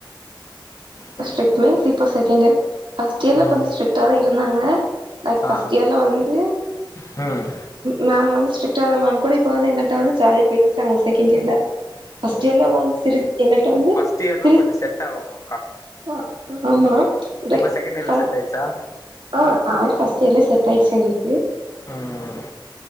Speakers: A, on the left; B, on the right.
A: ஹலோ
B: ஸ்ட்ரிக்ட் மீன்ஸ் இப்போ செகண்ட் இயர் பஸ்ட்டு இயர்ல
A: ம்
B: கொஞ்ச ஸ்ட்ரிக்ட்டா தா இருந்தாங்க லைக்
A: ஆ
B: ஃபர்ஸ்ட் இயர்ல வந்து
A: ம்
B: மேம் வந்து ஸ்ரிக்ட்டா தா மேம் கூட இப்ப வந்து எங்கள்ட்ட ஜாலியா பேசுறாங்க செகண்ட் இயர்ல
A: ஓகே
B: ஃபர்ஸ்ட்
A: ஓகே
B: எல்லா வந்து திரி எங்கள்ட்ட வந்து
A: ஃபர்ஸ்ட் இயர்லா
B: திரி
A: கொஞ்சோ செட் ஆகணு
B: அ ஆமா லைக்
A: இப்போ செகண்ட் இயர்லல்ல
B: ஃப
A: செட் ஆச்சா
B: ஆ ஆள் ஃபர்ஸ்ட் இயர்லே செட் ஆயிடுச்சி எங்களுக்கு
A: ம்